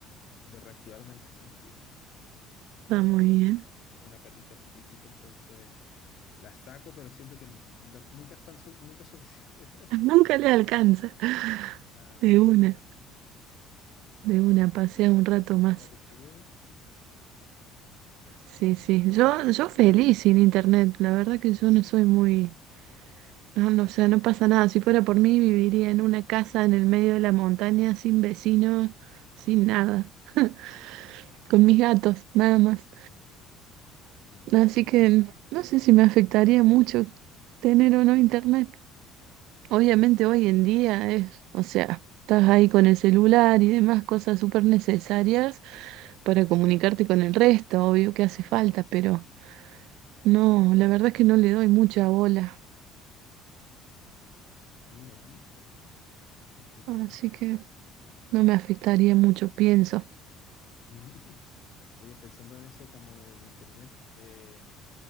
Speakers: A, on the left; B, on the right.
A: de reactivarme en ese sentido. Como
B: está muy bien.
A: tengo una perrita chiquitita, entonces la saco, pero siento que n- de- nunca es tan su- nunca es suficiente.
B: Nunca
A: <laughs>
B: le alcanza.
A: Claro.
B: De una,
A: Sí,
B: de una,
A: ¿y tú?
B: pasea un rato
A: ¿Algo
B: más.
A: parecido?
B: Sí, sí, yo, yo feliz sin internet. La verdad que yo no soy muy... No, no, o sea, no pasa nada. Si fuera por mí, viviría en una casa en el medio de la montaña, sin vecinos, sin nada, <laughs>
A: Mm,
B: con mis gatos, nada más.
A: me imagino.
B: Así que
A: <laughs>
B: no sé si me afectaría mucho tener o no internet. Obviamente
A: Ah, sí.
B: hoy en día es, o sea, estás ahí con el celular y demás cosas súper necesarias para comunicarte con el resto, obvio que hace falta, pero no, la verdad es que no le doy mucha bola.
A: Mira, ¿eh? qué entretenido.
B: Así que no me afectaría mucho, pienso.
A: <laughs> Oye, pensando en eso como del internet, eh,